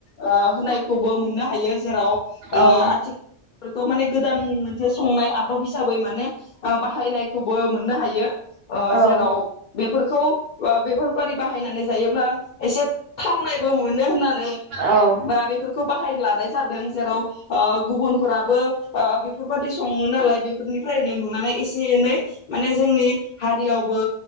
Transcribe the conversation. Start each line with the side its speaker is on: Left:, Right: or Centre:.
Left: ओ होनाय खौबो मोननो हायो जेराव ओ
Right: औ
Left: आथि खौ गोदान मोनसे संनाय आदब हिसाबै माने ओ बाहायनाय खौबो मोननो हायो ओ
Right: औ
Left: जेराव बेफोर खौ बेफोर बारि बाहायनानै जायोब्ला एसे थावनाय बो मोनो होननानै
Right: औ
Left: बा बेफोरखौ बाहायनो लानाय जादों जेराव ओ गुबुन फोराबो ओ बेफोर बादि सङो नालाय बेफोरनि फ्रायनो नुनानै एसे एनै माने जोंनि हारियावबो